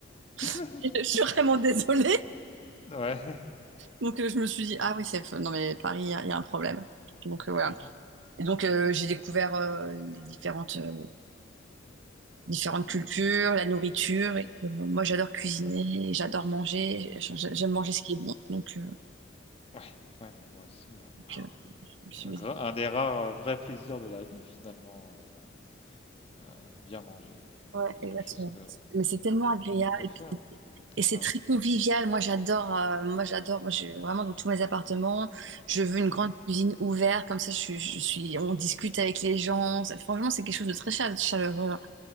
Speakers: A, on the left (about 30°); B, on the right (about 75°).
A: <laughs>
B: <laughs> Je suis vraiment désolée.
A: Ouais.
B: Donc euh, je me suis dit,
A: Mm,
B: ah oui, c'est... f- Non mais Paris, il y, a il y a un problème. Donc euh, voilà.
A: mhm,
B: Et donc euh, j'ai découvert euh, les différentes, euh, différentes
A: mm.
B: cultures, la nourriture.
A: Ouais,
B: Et, que moi, j'adore cuisiner,
A: d'accord.
B: j'adore manger, j'a- j'aime manger
A: Ouais,
B: ce qui est bon. Donc, euh,
A: ouais, ouais, ouais, moi aussi, ouais.
B: donc, euh, je me suis
A: Euh,
B: dit,
A: gra- Un des rares euh, vrais plaisirs de la vie, finalement, euh, euh, bien manger.
B: ouais,
A: Quelque
B: exactement.
A: chose que
B: Mais c'est tellement agréable
A: tout le monde peut
B: et
A: faire.
B: puis c'est et c'est
A: Ah
B: très
A: ouais.
B: convivial. Moi j'adore, euh, moi j'adore, moi, j'ai vraiment dans tous mes appartements, je veux une
A: Mhm,
B: grande cuisine ouverte, comme ça je, suis- je suis, on discute avec les gens. Ça- Franchement, c'est quelque chose de très chale- chaleureux, hein,